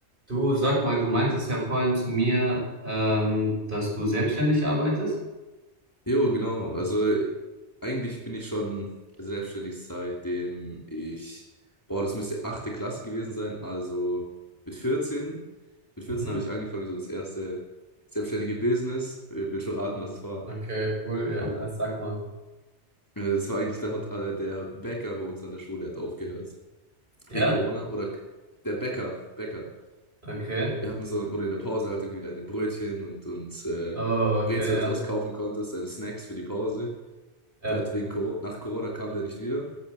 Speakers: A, on the right (about 45°); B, on the left (about 15°).
A: Du sag mal, du meintest ja vorhin zu mir, ähm, dass du selbstständig arbeitest.
B: Jo, genau. Also eigentlich bin ich schon selbstständig seitdem ich, boah, das müsste achte Klasse gewesen sein. Also mit 14, mit
A: Mhm.
B: 14 habe ich angefangen, so das erste selbstständige Business. Ich will schon raten, was es war.
A: Okay, cool, ja, <laughs> sag mal.
B: Äh, Das war eigentlich, da hat äh, der Bäcker bei uns an der Schule hat aufgehört.
A: Ja?
B: Wegen Corona oder der Bäcker, Bäcker.
A: Okay.
B: Wir hatten so, wo du in der Pause halt irgendwie deine Brötchen und, und äh,
A: Oh, okay,
B: Brezel
A: ja.
B: und sowas kaufen konntest, deine Snacks für die Pause.
A: Ja.
B: Der hat wegen Corona, nach Corona kam der nicht wieder.